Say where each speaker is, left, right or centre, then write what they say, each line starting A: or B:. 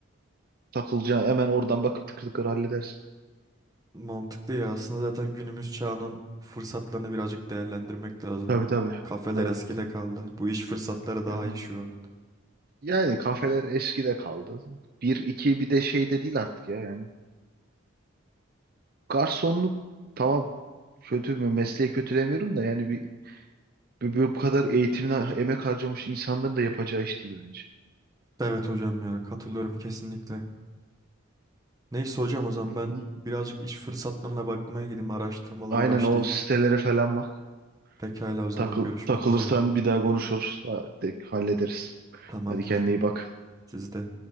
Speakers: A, on the right; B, on the right.
A: takılacağı hemen oradan bakıp tıkır tıkır halledersin.
B: Mantıklı ya. Aslında zaten günümüz çağının fırsatlarını birazcık değerlendirmek lazım.
A: Tabii tabii.
B: Kafeler
A: Tabii.
B: eskide kaldı. Bu iş fırsatları daha
A: Ya-
B: iyi şu an.
A: Yani kafeler eskide kaldı. Bir iki bir de şey de değil artık ya yani. Garsonluk tamam kötü mü mesleği kötülemiyorum da yani bir, bir- bu kadar eğitimine emek harcamış insanların da yapacağı iş değil bence.
B: Evet hocam ya katılıyorum kesinlikle. Neyse hocam o zaman
A: Hı
B: ben
A: hı.
B: birazcık iş fırsatlarına bakmaya gideyim, araştırmalara
A: Aynen
B: başlayayım.
A: o sitelere falan bak.
B: Pekala o zaman
A: Takıl,
B: görüşmek
A: takılırsan
B: üzere.
A: bir daha konuşuruz. Ha, de- hallederiz.
B: Tamamdır.
A: Hadi kendine iyi bak.
B: Siz de.